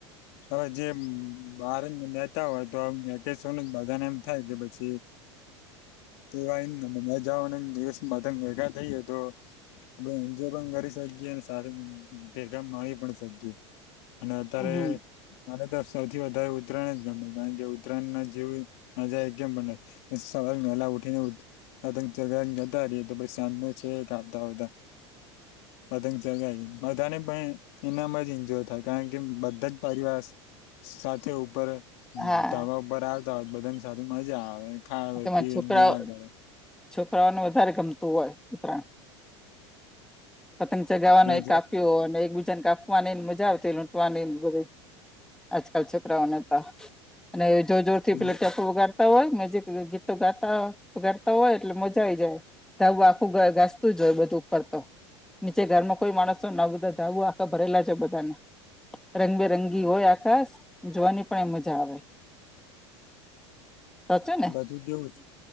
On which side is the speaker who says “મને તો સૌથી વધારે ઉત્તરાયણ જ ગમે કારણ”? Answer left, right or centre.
Left